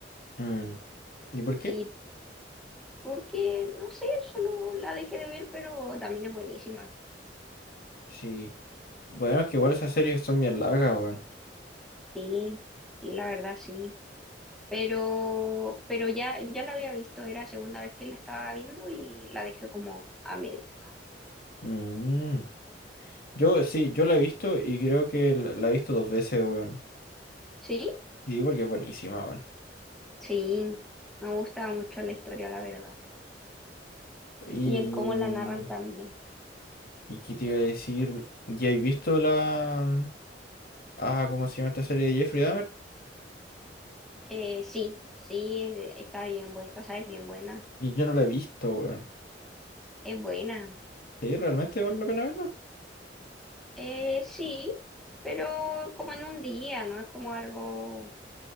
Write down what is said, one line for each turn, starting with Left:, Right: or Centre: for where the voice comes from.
Left: Mm, ¿Y por qué?
Centre: Y porque, no sé, solo la dejé de ver, pero también es buenísima.
Left: Sí. Bueno, es que igual esas series son bien largas, weón.
Centre: Sí, sí, la verdad sí. Pero, pero ya, ya la había visto, era segunda vez que la estaba viendo y la dejé como a medias.
Left: Mm. Yo sí, yo la he visto y creo que la, la he visto dos veces, weón.
Centre: ¿Sí?
Left: Sí, porque es buenísima, weón.
Centre: Sí, me gusta mucho la historia, la verdad.
Left: Y,
Centre: Y el cómo la narran también.
Left: ¿y qué te iba a decir? ¿Ya he visto la... Ah, ¿cómo se llama esta serie de Jeffrey Dahmer?
Centre: Eh, sí, sí, es- de- está bien buena, o sea, es bien buena,
Left: Y yo no la he visto, weón.
Centre: es buena.
Left: ¿Sí? ¿Realmente vale la pena verla?
Centre: Eh, sí, pero como en un día, ¿no? Es como algo